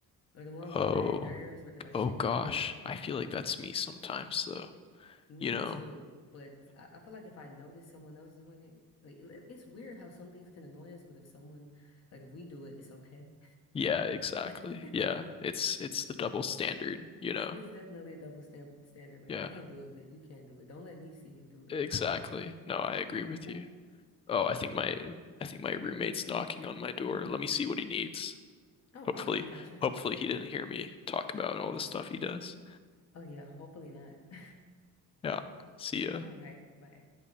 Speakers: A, on the left; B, on the left.
A: Or the one with
B: Oh,
A: the bad nerves where they like
B: oh
A: shake
B: gosh.
A: their leg.
B: I feel like that's me sometimes though.
A: Me
B: You know?
A: too. But I, I feel like if I notice someone else doing it, like it- it's weird how some things can annoy us, but if someone like if we do it, it's okay.
B: Yeah, exactly.
A: <laughs>
B: Yeah. It's it's the double standard, you know?
A: It's definitely a double stamp standard. Like
B: Yeah,
A: I can do it, but you can't do it. Don't let me see you do it.
B: exactly. No, I agree with
A: <laughs>
B: you. Oh, I think my I think my roommate's knocking on my door. Let me see what he needs.
A: Oh,
B: Hopefully,
A: okay, gotcha.
B: hopefully he didn't hear me talk about all the stuff he does.
A: Oh yeah, hopefully not. <laughs>
B: Yeah. See ya.
A: All right, bye.